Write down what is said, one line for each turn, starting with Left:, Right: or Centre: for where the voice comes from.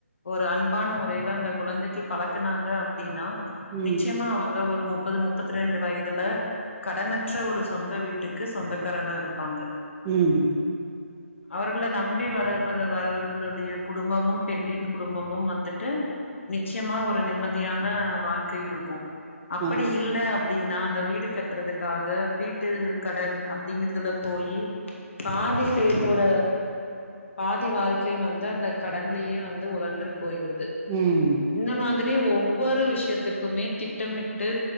Left: ஒரு அன்பான முறையில அந்த குழந்தைக்கு பழக்கனாங்க அப்படின்னா
Right: ம்
Left: நிச்சயமா அவங்க ஒரு முப் முப்பது முப்பத்தி ரெண்டு வயதுல கடனற்ற ஒரு சொந்த வீட்டுக்கு சொந்த தகார தான் இருப்பாங்க
Right: உம்
Left: அவர்களை நம்பி வர வரவர்களுடைய குடும்பமும் பெண்ணின் குடும்பமும் வந்துட்டு நிச்சயமா ஒரு நிம்மதியான வாழ்க்கை இருக்கும் அப்படி
Right: ஆமா
Left: இல்ல ப்படின்னா அந்த வீடு கட்டுறதுக்காக வீட்டு கடன் அப் அப்படிங்கறத போய் பாதி பேத்தோட பாதி வாழ்க்கை வந்து அந்த கடன்லயே வந்து உழன்று போயிருது
Right: ம்
Left: இந்த மாதிரி ப்டி ஒவ்வொரு விஷயத்துக்குமே திட்டமிட்டு